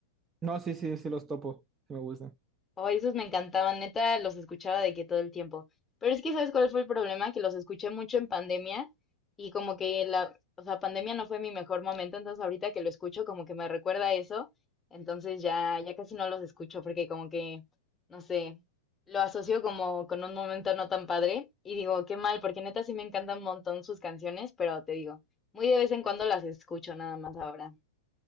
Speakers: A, on the right; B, on the left.
A: No, sí, sí, sí los topo, sí me gusta.
B: Oh, esos me encantaban, neta, los escuchaba de que todo el tiempo. Pero es que, ¿sabes cuál fue el problema? Que los escuché mucho en pandemia y como que la, o sea, pandemia no fue mi mejor momento, entonces ahorita que lo escucho como que me recuerda a eso, entonces ya, ya casi no los escucho porque como que, no sé, lo asocio como con un momento no tan padre y digo, qué mal, porque neta sí me encantan un montón sus canciones, pero te digo, muy de vez en cuando las escucho nada más ahora.